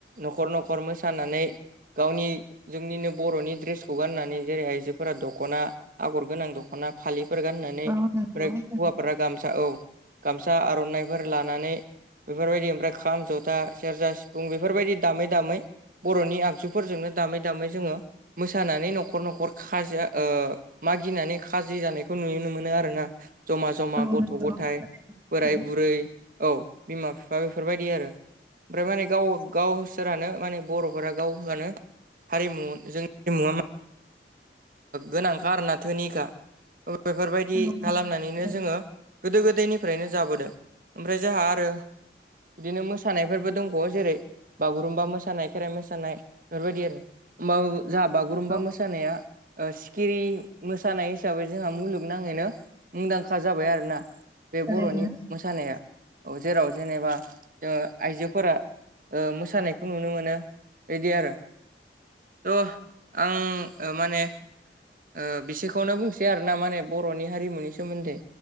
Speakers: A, on the right; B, on the right.
A: नखर नखर मोसानानै गावनि जोंनिनो बर'नि ड्रेसखौ गाननानै जेरै आइजोफोरा दखना आगर गोनां दखना फालिफोर गाननानै
B: औ
A: ओमफ्राय
B: नंगौ थारै
A: हौवाफोरा गामसा औ गामसा आर'नाफोर लानानै बेफोरबायदि ओमफ्राय खाम जथा सेरजा सि बेफोरबायदि दामै दामै बर'नि आगजुफोरजोंनो दामै दामै जोङो मोसानानै नखर नखर खाजो ओ मागिनानै खाजि जानायखौ नुनो मोनो आरोना जमा जमा
B: औ
A: गथ'
B: नंगौ
A: गथाइ
B: थारैनो
A: बोराय बुरै औ बिमा बिफा बेफोरबायदि आरो ओमफ्राय माने गाव गावसोरानो माने बर'फोरा गाव हानो हारिमु जोंनि हारिमुआ गोनांखा आरोना धोनिखा बैफोरबायदि
B: औ नंगौ
A: खालामनानैनो
B: थारैनो
A: जोङो गोदो गोदायनिफ्रायनो जाबोदों ओमफ्राय जोहा आरो बिदिनो मोसानायफोरबो दं बावो जेरै बागुरुम्बा मोसानाय खेराइ मोसानाय बेफोर बायदि आरो होमबा जोहा बागुरुम्बा
B: औ
A: मोसानाया ओ सिखिरि मोसानाय हिसाबै जोहा मुलुगनाङैनो मुंदांखा जाबाय आरोना बे
B: थारैनो
A: बर'नि
B: औ
A: मोसानाया औ जेराव जेनेबा जोङो ओ आइजोफोरा ओ मोसानायखौ नुनो मोनो इदि आरो थ' ओ आं माने ओ बिसेखौनो बुंसै आरो ना माने बर'नि हारिमुनि सोमोन्दै